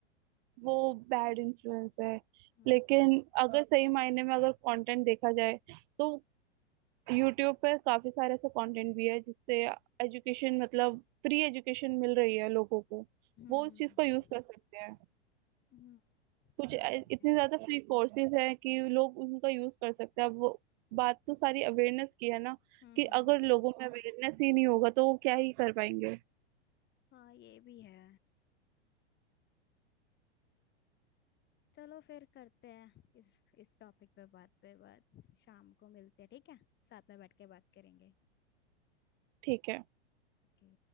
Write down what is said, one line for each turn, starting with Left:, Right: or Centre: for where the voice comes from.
Right: वो बैड इन्फ्लुएंस है
Left: हम्म
Right: लेकिन अगर सही मायने में अगर कंटेंट देखा जाए तो यूट्यूब पे काफी सारे ऐसा कंटेंट भी है जिससे एजुकेशन मतलब फ्री एजुकेशन मिल रही है लोगों को
Left: हम्म
Right: वो उस चीज का यूज कर सकते हैं
Left: हम्म हम्म,
Right: कुछ
Left: ये
Right: ए-
Left: भी
Right: इतने
Left: है
Right: ज्यादा फ्री कोर्सेज हैं कि लोग उनका यूज कर सकते हैं अब वो बात तो सारी अवेयरनेस की है ना
Left: हम्म
Right: कि
Left: हम्म
Right: अगर लोगों में अवेयरनेस ही नहीं होगा तो वो क्या ही कर पाएंगे
Left: हाँ ये भी है चलो फिर करते हैं इस इस टॉपिक पे बात पे बात शाम को मिलते हैं ठीक है साथ में बैठ के बात करेंगे
Right: ठीक है
Left: ओके